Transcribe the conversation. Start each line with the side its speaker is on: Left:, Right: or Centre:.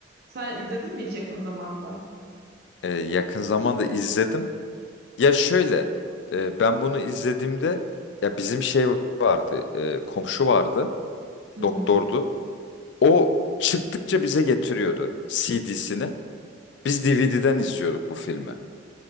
Right: sen izledin mi hiç yakın zamanda?
Left: Ee, yakın zamanda izledim. Ya şöyle, e, ben bunu izlediğimde ya bizim şey vardı, e, komşu vardı,
Right: Hı hı.
Left: doktordu. O çıktıkça bize getiriyordu CD'sini. Biz DVD'den izliyorduk bu filmi.